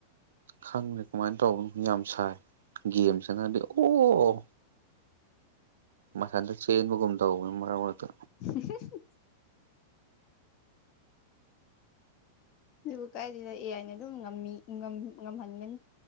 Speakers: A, on the right; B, on the left.
A: ꯈꯪꯗꯦ ꯀꯃꯥꯏꯟ ꯇꯧꯕꯅꯣ ꯌꯥꯝ ꯁꯥꯏ ꯒꯦꯝ ꯁꯥꯟꯅꯔꯗꯤ ꯑꯣ ꯃꯊꯟꯗ ꯆꯦꯟꯕꯒꯨꯝ ꯇꯧꯕꯅꯦ ꯃꯔꯛ ꯃꯔꯛꯇ
B: <unintelligible> ꯑꯗꯨꯕꯨ ꯀꯥꯏꯗꯩꯅꯣ ꯑꯦ ꯑꯥꯏꯅ ꯑꯗꯨꯝ ꯉꯝꯃꯤ ꯉꯝ ꯉꯝꯍꯟꯒꯅꯤ